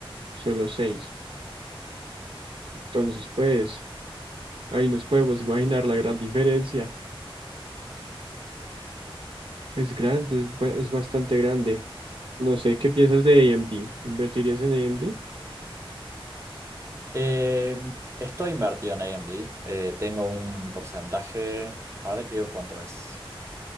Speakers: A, on the right; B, on the right.
A: solo seis. Entonces, pues, ahí nos podemos imaginar la gran diferencia. Es grande, es, ba- es bastante grande. No sé, ¿qué piensas de AMD? ¿Invertirías en AMD?
B: Eh, estoy invertido en AMD. eh, tengo un porcentaje, ahora te digo cuánto es.